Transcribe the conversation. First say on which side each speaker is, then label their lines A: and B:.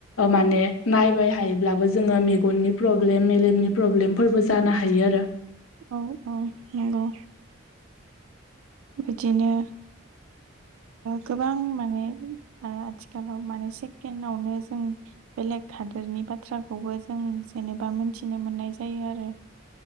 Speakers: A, on the left (about 85°); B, on the right (about 85°).
A: माने नायबाय हायोब्लाबो जोङो मेगननि प्रब्लेम मेलेमनि प्रब्लेमफोरबो जानो हायो आरो
B: औ औ नंगौ बिदिनो गोबां माने आथिखालाव माने सेकेणडआवनो जों बेलेग हादोरनि बाथ्राखौबो जों जेनेबा मिथिनो मोननाय जायो आरो